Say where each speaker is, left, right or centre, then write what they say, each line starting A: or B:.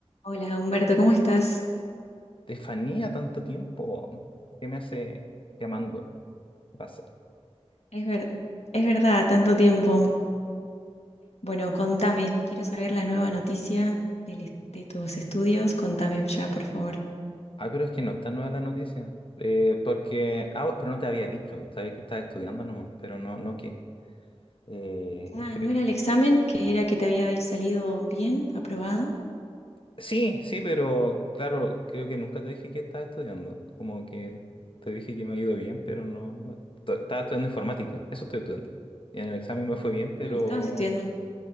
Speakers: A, on the left; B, on the left.
A: Hola Humberto, ¿cómo estás?
B: Estefanía, tanto tiempo. ¿Qué me hace llamando? ¿Qué pasa?
A: Es ver- es verdad, tanto tiempo. Bueno, contame, quiero saber la nueva noticia del est- de tus estudios, contame ya, por favor.
B: Ah, pero es que no está nueva la noticia. Eh, porque. Ah, oh, pero no te había dicho. Sabía que estás estudiando nomás, pero no, no qué. Eh,
A: Ah,
B: estoy...
A: ¿no era el examen que era que te había salido bien, aprobado?
B: Sí, sí, pero claro, creo que nunca te dije que estaba estudiando. Como que te dije que me ha ido bien, pero no, no... t- Estaba estudiando informática, eso estoy estudiando. Y en el examen me fue bien, pero
A: Ah, estabas estudiando.